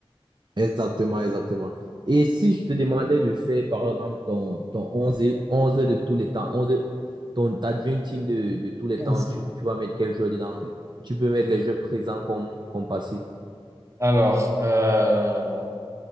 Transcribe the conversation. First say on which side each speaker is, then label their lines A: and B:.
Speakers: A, on the right; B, on the right.
A: Exactement, exactement. Et si je te demandais de faire, par exemple, ton, ton 11, et- 11 de tous les temps, 11 ton, ta dream team de, de tous les
B: Ouf.
A: temps, tu, tu vas mettre quel joueur dedans? Tu peux mettre les jeux présents comme, comme passés.
B: Alors, euh...